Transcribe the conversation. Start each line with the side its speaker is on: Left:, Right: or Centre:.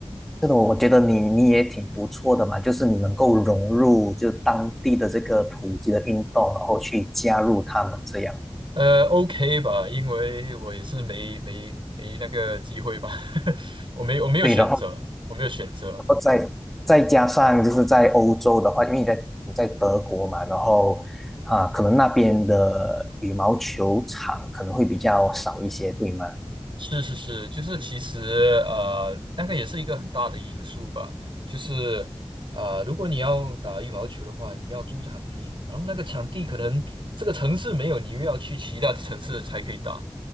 Centre: 真的，我觉得你你也挺不错的嘛，就是你能够融入就当地的这个普及的运动，然后去加入他们这样。
Right: 呃，OK 吧，因为我也是没没没那个机会吧，<laughs> 我没我没有选择，
Centre: 对，然后。
Right: 我没有选择。
Centre: 然后再再加上就是在欧洲的话，因为你在你在德国嘛，然后啊，可能那边的羽毛球场可能会比较少一些，对吗？
Right: 是是是，就是其实呃，那个也是一个很大的因素吧。就是呃，如果你要打羽毛球的话，你要租场地，然后那个场地可能这个城市没有，你又要去其他的城市才可以打。